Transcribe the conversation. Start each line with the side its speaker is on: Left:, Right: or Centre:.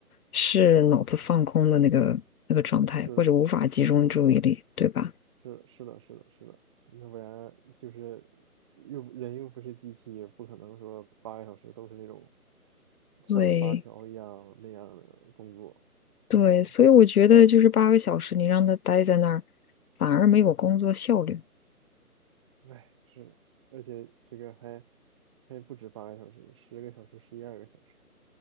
Left: 是脑子放空的那个那个状态，
Right: 是的。
Left: 或者无法集中注意力，
Right: 是的。
Left: 对吧？
Right: 是是的，是的，是的，要不然就是又人又不是机器，也不可能说八个小时都是那种
Left: 对，
Right: 上发条一样那样的工作。
Left: 对，
Right: 嗯，
Left: 所以我觉得就是八个小时，你让他待在那儿，反而没有工作效率，
Right: 哎，是的，而且这个还还不止八个小时，十个小时，十一二个小时。